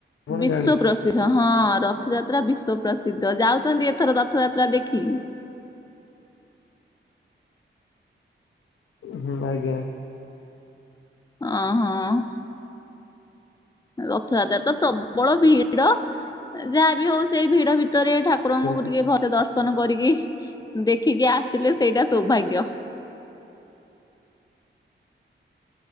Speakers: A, on the left; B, on the left.
A: ଆପଣ
B: ବିଶ୍ୱ
A: ଜାଣି
B: ପ୍ରସି ହଁ ରଥଯାତ୍ରା ବିଶ୍ଵ ପ୍ରସିଦ୍ଧ ଯାଉଛନ୍ତି ଏଥର ରଥଯାତ୍ରା ଦେଖି?
A: ହୁଁ ଆଜ୍ଞା।
B: ଅ ହଁ। ରଥଯାତ୍ରାରେ ତ ପ୍ରବଳ ଭିଡ ଯାହା ବିି ହଉ ସେଇ ଭିଡ ଭିତରେ ଠାକୁ ଠାକୁରଙ୍କୁ
A: ଯେମିତି
B: ଟିକେ ଭଲସେ ଦର୍ଶନ କରିକି ଦେଖିକି ଆସିଲେ ସେଇଟା ସୌଭାଗ୍ୟ।